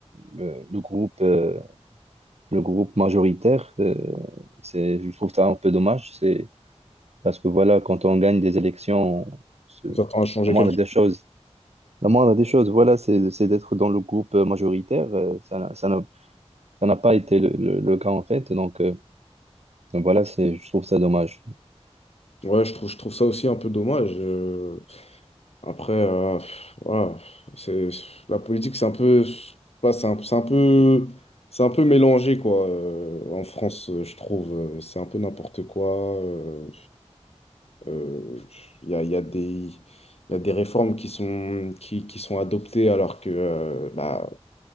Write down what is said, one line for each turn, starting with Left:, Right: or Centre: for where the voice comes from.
Right: le, le groupe. euh, le groupe majoritaire. euh, c'est, je trouve ça un peu dommage. C'est parce que voilà, quand on gagne des élections, on se-
Left: On s'attend à changer
Right: la moindre
Left: quelque
Right: des choses, la moindre des choses, voilà, c'est c'est d'être dans le groupe majoritaire. euh, ça n'a ça n'a- ça n'a pas été le, le- le cas en fait. Donc, euh, donc voilà, c'est, je trouve ça dommage.
Left: chose. Ouais, je trouve, je trouve ça aussi un peu dommage. euh, après, euh, pff, voilà, c'est, la politique, c'est un peu, je sais pas, c'est un, c'est un peu, c'est un peu mélangé, quoi, euh, en France, euh, je trouve. euh, C'est un peu n'importe quoi. euh. Euh, Il y a, il y a des, il y a des réformes qui sont, qui, qui sont adoptées alors que euh, bah,